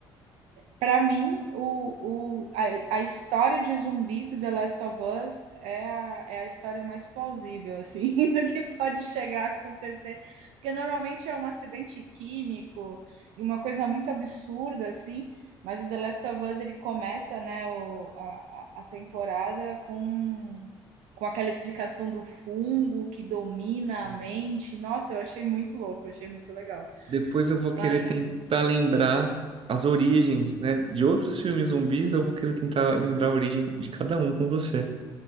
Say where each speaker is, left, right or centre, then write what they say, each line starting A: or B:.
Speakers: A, on the right (about 70°); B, on the right (about 50°).
A: Para mim, o, o, a, a história de zumbi do The Last of Us é a, é a história mais plausível, assim, <laughs> do que pode chegar a acontecer. Porque normalmente é um acidente químico e uma coisa muito absurda, assim, mas o The Last of Us ele começa né, o, a, a temporada com, com aquela explicação do fungo que domina a mente. Nossa, eu achei muito louco, achei muito legal.
B: Depois eu vou querer
A: Mas,
B: tentar lembrar as origens, né? De outros filmes zumbis, eu vou querer tentar lembrar a origem de cada um com você.